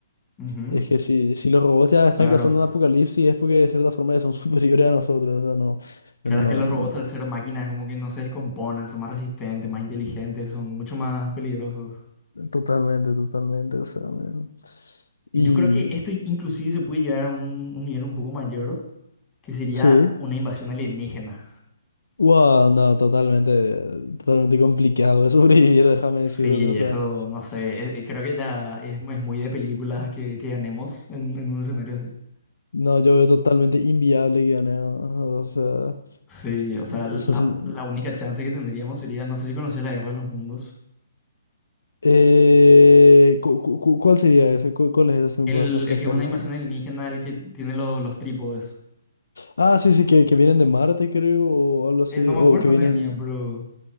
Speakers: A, on the left; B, on the left.
A: Ujú.
B: es que si, si los robots ya están
A: Claro,
B: causando un apocalipsis es porque de cierta forma ya son <laughs> superiores a nosotros. O sea, no,
A: claro
B: no,
A: es que los robots
B: no.
A: al ser máquinas como que no se descomponen, son más resistentes, más inteligentes, son mucho más peligrosos.
B: Totalmente, totalmente. O sea, me-
A: Y
B: y
A: yo creo que esto inclusive se puede llevar a un, un nivel un poco mayor, que sería
B: sí.
A: una invasión alienígena.
B: Wow, no, totalmente, totalmente complicado de sobrevivir, déjame
A: Sí,
B: decirte, o sea.
A: eso no sé, es- eh, creo que ya es, es muy de películas que, que ganemos en, en un escenario así.
B: No, yo veo totalmente inviable que gane. ah, O sea,
A: Sí, o sea,
B: o
A: la,
B: sea, sí.
A: la única chance que tendríamos sería, no sé si conoces la Guerra de los Mundos,
B: Eh, cu- cu- cu- ¿cuál sería ese? ¿Cu- ¿Cuál, es ese? Si me
A: el,
B: puedes refrescar
A: el que es una
B: la
A: invasión alienígena, el que tiene los, los trípodes.
B: Ah, sí, sí, que, que vienen de Marte, creo, o algo así.
A: Eh, no me
B: O
A: acuerdo
B: que
A: dónde
B: vienen.
A: venían, pero